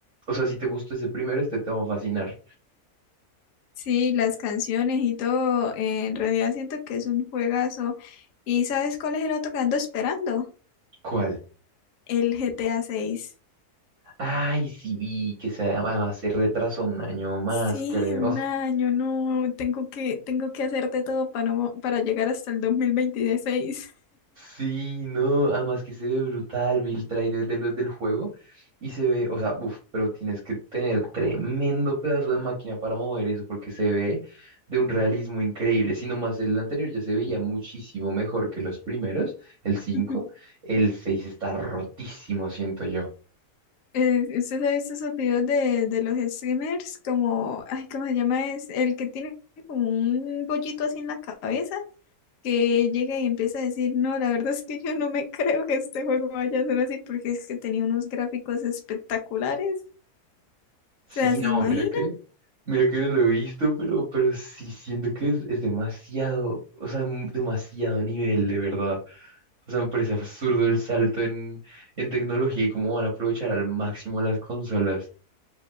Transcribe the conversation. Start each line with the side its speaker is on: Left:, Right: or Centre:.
Right: o sea, si te gustó ese primero, este te va a fascinar.
Left: sí, las canciones y todo. eh, en realidad siento que es un juegazo. ¿Y sabes cuál es el otro que ando esperando?
Right: ¿Cuál?
Left: El GTA 6.
Right: Ay, sí vi que se, además se retrasó un año más,
Left: Sí,
Right: creo.
Left: un año, no, tengo que, tengo que hacer de todo para, no- para llegar hasta el 2026.
Right: Sí, no, además que se ve brutal, vi el trailer de los del juego y se ve, o sea, uff, pero tienes que tener tremendo pedazo de máquina para mover eso porque se ve de un realismo increíble. Si nomás el anterior ya se veía muchísimo mejor que los primeros, el 5,
Left: <laughs>
Right: el 6 está rotísimo, siento yo.
Left: Eh, ¿usted ha visto esos videos de, de los streamers? Como, ay, ¿cómo se llama? Es el que tiene como un bollito así en la cabeza, que llega y empieza a decir, no, la verdad es que yo no me <laughs> creo que este juego vaya a ser así, porque es que tenía unos gráficos espectaculares.
Right: Sí,
Left: O sea, ¿se
Right: no,
Left: imagina?
Right: mira que, mira que no lo he visto, pero, pero sí siento que es, es demasiado, o sea, m- demasiado nivel, de verdad. O sea, me parece absurdo el salto en, en tecnología y cómo van a aprovechar al máximo las consolas.